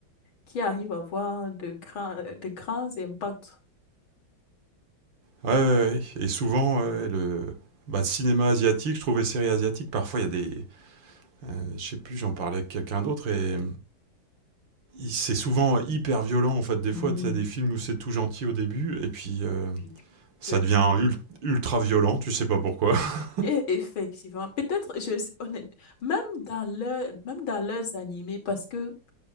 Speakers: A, on the left; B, on the right.
A: qui arrive à avoir de grands, de grands impacts.
B: Ouais, ouais, ouais. Et souvent ouais, le bah, cinéma asiatique, je trouvais séries asiatiques, parfois il y a des euh, je sais plus, j'en parlais avec quelqu'un d'autre et c'est souvent hyper violent en fait. Des
A: Oui,
B: fois, tu as des films où c'est tout gentil au début et puis euh,
A: oui.
B: ça
A: Je-
B: devient ultra violent, tu sais pas pourquoi. <laughs>
A: Et effectivement, peut-être, je, honnête, même dans leur, même dans leurs animés, parce que